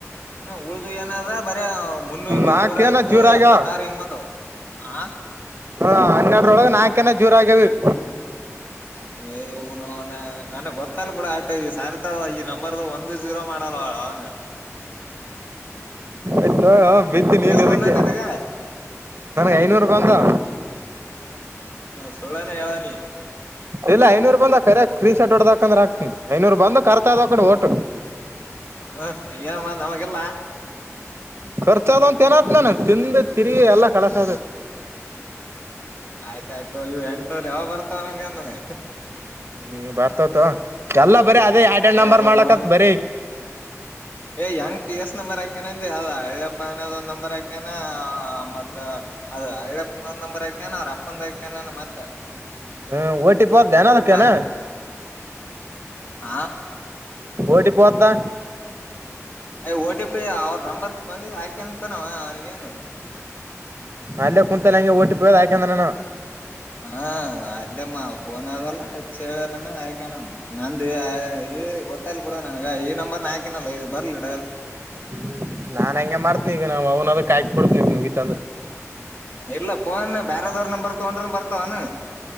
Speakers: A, on the left (about 35°); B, on the right (about 50°).
A: ಹ್ಮ ಉಳ್ದು ಏನದ ಬರ ಮುನ್ನೂರು
B: ನಾಕೇನ
A: ನೂರ ಹತ್ತು
B: ಜೂರ ಆಗ್ಯಾವ
A: ಎಪ್ಪತ್ತ ಆರ ಹಿಂಗ್ ಬಂದವ್ ಆ
B: ಹಾ ಹನ್ನೆಡ್ರೊಳಗೆ ನಾಲ್ಕನಾ ಝೀರೋ ಆಗ್ಯವ ಈಗ
A: <unintelligible> ಅನ
B: ಇತ್ತ ತೊಗೊಲೊ ಬಿತ್ತ ನೀನ್
A: ಎಸ್
B: ಅದಕ್ಕೆ
A: ಬಂದ ನಿನಗ
B: ನನಗೆ ಐನೂರು ಬಂದವ
A: ಸುಳ್ಳೇನೀ ಹೆಳವ ನೀ
B: ಇಲ್ಲ ಐನೂರು ಬಂದ ಕರೆ ಸ್ಕ್ರೀನ್ ಶೋಟ್ ಹೊಡದಾಕಂದ್ರ ಹಾಕ್ತೀನಿ ಐನೂರು ಬಂದ ಕರ್ತಾ ಇದ ಕಡೆ ಓಟು
A: ಹ ಏನಾ ಮತ್ತು ನಮಗಿಲ್ಲ
B: ಖರ್ಚದ ಅಂತ ಏನತ್ ನಾನ ತಿಂದ ತಿರುಗಿ ಎಲ್ಲಾ ಖಲಾಸ್ ಆಡುವ
A: ಆಯ್ತಾಯ್ತು ತೊಗೊ ಇವ್ ಎಂಟುನೂರು ಯಾವಗ ಬರ್ತವ ನಂಗ ಇನ್ನ
B: ಹ್ಮ ಬರ್ತವ ತೊಗೊ ಎಲ್ಲ ಬರಿೀ ಅದೇ ಎಡ್ ಎಡ್
A: ಏ
B: ನಂಬರ್
A: ಅವನೌನ್
B: ಮಾಡ್ಲಕತ್ ಬರಿೀ
A: ಏ ಹಿಂಗ್ ಎಷ್ಟ ನಂಬರ್ ಹಾಕ್ಯಾನ್ ಅಂದಿ ಅದ ಅಳ್ಳಪ್ಪ ಅನದ್ ನಂಬರ್ ಆಾಕ್ಯಾನ ಮತ್ತ ಅದ ಹಳ್ಳಪ್ಪನ ಒಂದ ನಂಬರ್ ಆಕ್ಯಾನ ಅವ್ರ ಅಪ್ಪಂದ ಆಾಕಾನ ಮತ್ತೆ
B: ಹ್ಮ್ ಓಟಿಪಿ ಹೊತಿದೆನ್ ಅದ್ಕೆಲ್ಲಾ
A: ರೀ ಹಾ
B: ಓಟಿಪಿ ಹೊತಿದಾ
A: ಅಯ ಓ ಟಿ ಪಿ ಅವ್ರ ನಂಬರ್ ಬಂದ ಆಾಕಂತಾನ ಅವನಗೇನ್
B: ಅಲ್ಲೇ ಕುಂತಲ್ಲ ಹಂಗೆ ಓ ಟಿ ಪಿ ಹೋದ ಹಾಕಂದ್ರ ನಾನು
A: ಹಾ ಅದೇ ಮಾ ಪೋನದಲ್ಲ ಹಚ್ಚೇಳರಾ ಹೇಕೊಂಡನ್ ನಂದು ಈ ಗೊತ್ತಾಲ್ ಬಿಡೋ ನನಗ ಈ ನಂಬರ್ ಹಾಕಿನಲ್ಲ ಇದು ಬರ್ಲಿಡ
B: ಹ್ಮ್ ನಾನ್ ಹಂಗೆ ಮಾಡ್ತನಿ ಈಗ ನಾ ಅವನ ಅದಕ ಹಾಕಿ ಬಿಡ್ತನಿಗ ಮುಗಿತ ಅಂದ್ರೆ
A: ಇಲ್ಲ ಫೋನ್ ಬೇರಾದವ್ರ ನಂಬರ್ ತಗೊಂಡ್ರನ್ ಬರ್ತಾವನ್